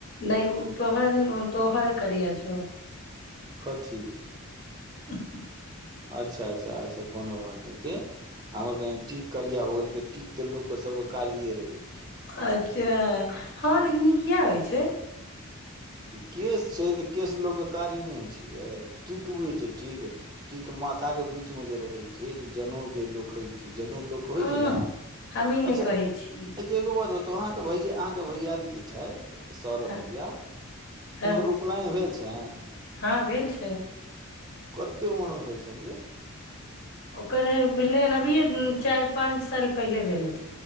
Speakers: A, on the left; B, on the right.
A: नहि तोहर तोहर करिया छौ
B: कथी
A: हू हू
B: अच्छा अच्छा अच्छा कोनो बात नहि छै हमर कनि टीक करिया भऽ गेल तऽ टीक तऽ लोकके सबके कारिये रहै छै
A: अच्छा हँ लेकिन इ किया होइ छै
B: केश छै तऽ केश लोक के कारी नहि होइ छै ये टीक बुझै छै टिक टिक माथा के बीच मे जे रहैत छै जे जनउ जे लोक खइ छी जनेउ लोक होइ
A: उंह
B: छै ने
A: हम ई नहि
B: अच्छा
A: कहै
B: अच्छा
A: छी
B: एगो बात तऽ अहाँके भैय अहाँके भैयारी जे छथि होया
A: हँ हँ
B: हुनकर उपनयन भेल छै फैन
A: हँ भेल छै
B: कतेक उमर मे भेल छैलए
A: ओकर भेलै हन अभियए चारि पाँच साल पहिले भेलै